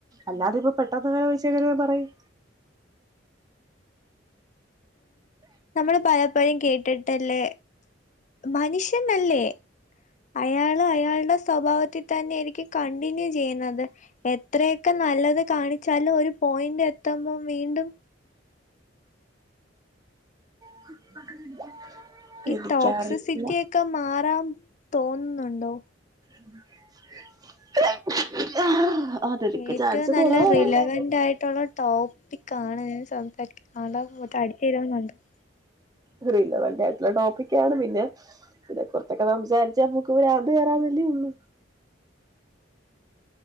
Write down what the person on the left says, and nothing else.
നമ്മള് പലപ്പഴും കേട്ടിട്ടല്ലേ മനുഷ്യൻ അല്ലേ അയാള് അയാളുടെ സ്വഭാവത്തി തന്നെ എനിക്ക് കണ്ടിന്യൂ ചെയ്യുന്നത് എത്രയൊക്കെ നല്ലത് കാണിച്ചാലും ഒരു പോയിന്റ് എത്തുമ്പം വീണ്ടും
ഈ
ടോക്സിസിറ്റിയൊക്കെ മാറാൻ തോന്നുന്നുണ്ടോ
ഏറ്റവും
നല്ല
റിലവന്റ് ആയിട്ടൊള്ള ടോപ്പിക്കാണ് സം <unintelligible>